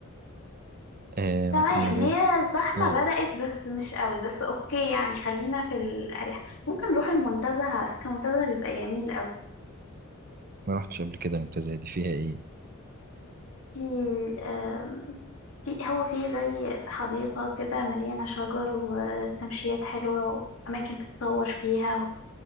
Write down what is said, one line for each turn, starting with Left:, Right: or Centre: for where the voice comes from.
Right: آه
Left: تمام
Right: ممكن نروح
Left: هي الزحمة
Right: اه
Left: بدأت بس مش قوي بس أوكي يعني خلينا في الأريح ممكن نروح المنتزه على فكرة المنتزه بيبقى جميل قوي
Right: ما رحتش قبل كده منطقة زي دي فيها ايه
Left: في آم، في هو في زي حديقة كده مليانة شجر وتمشيات حلوة وأماكن تتصور فيها